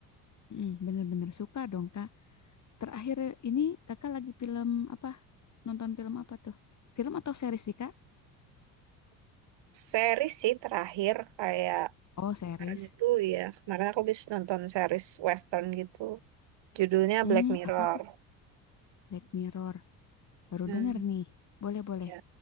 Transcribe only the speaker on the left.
Mm-mm, bener-bener suka dong Kak. Terakhir ini Kakak lagi film apa? Nonton film apa tuh? Film atau series sih Kak?
Oh series.
Hmm,
apa tuh? Black Mirror. Baru
denger nih. Boleh boleh,